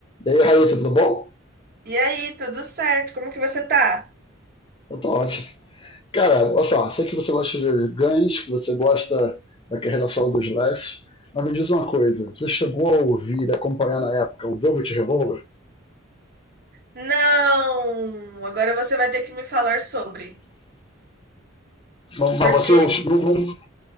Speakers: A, on the left; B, on the right.
A: E aí, Raíssa, tudo bom?
B: E aí, tudo certo? Como que você tá?
A: Eu tô ótimo. Cara, olha só, sei que você gosta de ganhos, que você gosta da relação dos Slash, mas me diz uma coisa, você chegou a ouvir e acompanhar na época o Velvet Revolver?
B: Não! Agora você vai ter que me falar sobre.
A: Não, mas
B: Porque,
A: você não, não,